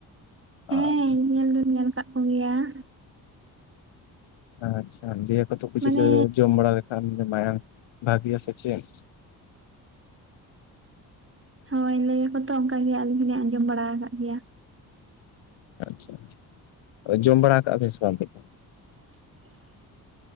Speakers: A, on the left; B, on the right.
A: ᱟᱪᱪᱷᱟ
B: ᱦᱮᱸ ᱧᱮᱞ ᱫᱩᱧ ᱧᱮᱞ ᱟᱠᱟᱫ ᱠᱚᱜᱮᱭᱟ ᱾
A: ᱟᱪᱪᱷᱟ ᱞᱟᱹᱭᱟᱹ ᱟᱠᱚᱛᱚ ᱠᱩᱪᱞᱟᱹ
B: ᱢᱟᱱᱮ
A: ᱡᱚᱢ ᱵᱟᱲᱟ ᱞᱮᱠᱷᱟᱱ ᱢᱟᱭᱟᱢ ᱵᱷᱟᱹᱜᱮᱜᱼᱟ ᱥᱮ ᱪᱮᱫ?
B: ᱦᱳᱭ ᱞᱟᱹᱭ ᱟᱠᱚ ᱛᱚ ᱚᱱᱠᱟ ᱜᱮ ᱟᱹᱞᱤᱧ ᱦᱚᱸᱞᱤᱧ ᱟᱸᱡᱚᱢ ᱵᱟᱲᱟ ᱟᱠᱟᱫ ᱜᱮᱭᱟ ᱾
A: ᱟᱪᱪᱷᱟ ᱟᱪᱪᱷᱟ ᱡᱚᱢ ᱵᱟᱲᱟ ᱠᱟᱜᱼᱟ ᱵᱤᱱ ᱥᱮ ᱵᱟᱝ ᱛᱚᱵᱮ?
B: <inaudible>